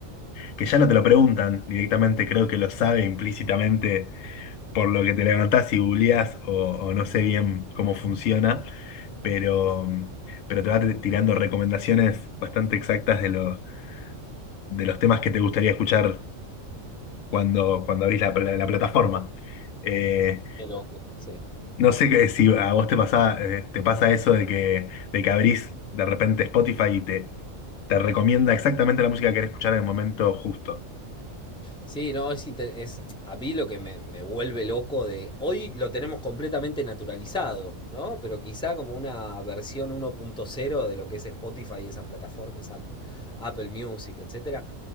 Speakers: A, on the left (about 80°); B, in the centre.
A: que ya no te lo preguntan directamente, creo que lo sabe implícitamente por lo que te levantás y googleás o, o no sé bien cómo funciona, pero, pero te va tirando recomendaciones bastante exactas de, lo- de los temas que te gustaría escuchar cuando, cuando abrís la, la- la plataforma. Eh,
B: Qué loco, sí.
A: no sé que- si a vos te pasa, eh, te pasa eso de que, de que abrís de repente Spotify y te, te recomienda exactamente la música que querés escuchar en el momento justo.
B: Sí, no, es, inte- es a mí lo que me, me vuelve loco de... Hoy lo tenemos completamente naturalizado, ¿no? Pero quizá como una versión 1.0 de lo que es Spotify y esas plataformas, App- Apple Music, etcétera.